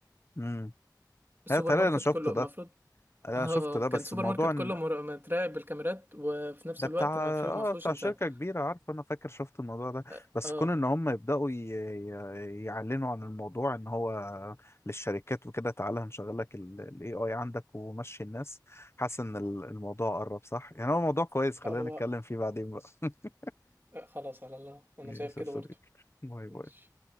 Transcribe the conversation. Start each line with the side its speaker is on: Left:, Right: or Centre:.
Left: امم
Right: السوبر
Left: لا تقريبا
Right: ماركت
Left: أنا شفت
Right: كله
Left: ده
Right: المفروض <laughs>
Left: أنا
Right: اه
Left: شفت ده
Right: كان
Left: بس
Right: سوبر
Left: الموضوع
Right: ماركت
Left: إن
Right: كله مر- متراقب بالكاميرات وفي نفس
Left: ده
Right: الوقت
Left: بتاع
Right: ما فيه
Left: آه
Right: ما فيهوش
Left: بتاع
Right: انسان
Left: شركة كبيرة عارف أنا فاكر شفت الموضوع ده
Right: اه
Left: بس
Right: آه.
Left: كون إن هم يبدأوا ي... ي- يعلنوا عن الموضوع إن هو للشركات وكده تعالى هنشغل لك ال ال AI عندك ومشي الناس حاسس إن ال- الموضوع قرب صح يعني هو موضوع كويس خلينا
Right: آه، هو
Left: نتكلم فيه بعدين بقى <laughs>
Right: آه، خلاص على الله انا
Left: ماشي
Right: شايف كده
Left: يا صديقي
Right: برضه
Left: باي باي
Right: ماشي